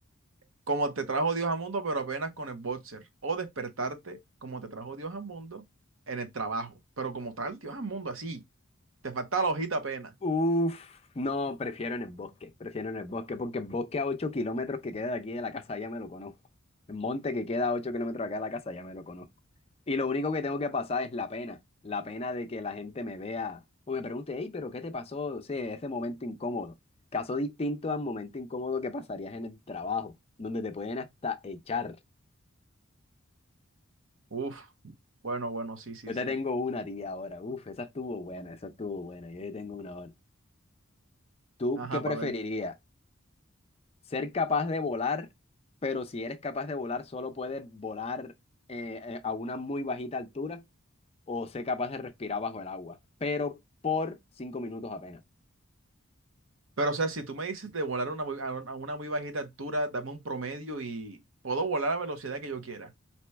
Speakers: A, on the right; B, on the left.
A: como te trajo Dios al mundo, pero apenas con el boxer. O despertarte como te trajo Dios al mundo en el trabajo, pero como tal Dios al mundo, así. Te falta la hojita apenas.
B: Uf, no, prefiero en el bosque, prefiero en el bosque, porque el bosque a 8 kilómetros que queda de aquí de la casa ya me lo conozco. El monte que queda a 8 kilómetros de acá de la casa ya me lo conozco. Y lo único que tengo que pasar es la pena, la pena de que la gente me vea o me pregunte, hey, pero ¿qué te pasó? O sea, ese momento incómodo. Caso distinto al momento incómodo que pasarías en el trabajo, donde te pueden hasta echar.
A: Uf, bueno, bueno, sí, sí,
B: Yo
A: sí.
B: te tengo una a ti ahora. Uf, esa estuvo buena, esa estuvo buena. Yo te tengo una ahora. ¿Tú
A: Ajá,
B: qué preferirías?
A: pa ver.
B: ¿Ser capaz de volar, pero si eres capaz de volar, solo puedes volar eh, eh, a una muy bajita altura? ¿O ser capaz de respirar bajo el agua, pero por cinco minutos apenas?
A: Pero, o sea, si tú me dices de volar a una, muy- a un- a una muy bajita altura, dame un promedio y puedo volar a la velocidad que yo quiera.